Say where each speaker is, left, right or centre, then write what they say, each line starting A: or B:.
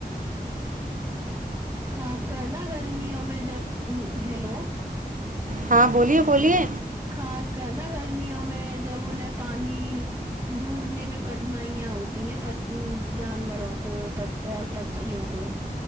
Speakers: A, on the right; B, on the right.
A: خاص کر نا گرمیوں میں جب ہیلو
B: ہاں بولیے بولیے
A: خاص کر نا گرمیوں میں جب انیں پانی ڈھونڈنے میں کٹھنائیاں ہوتی ہیں پچ جانوروں کو اور پک پکچھیوں کو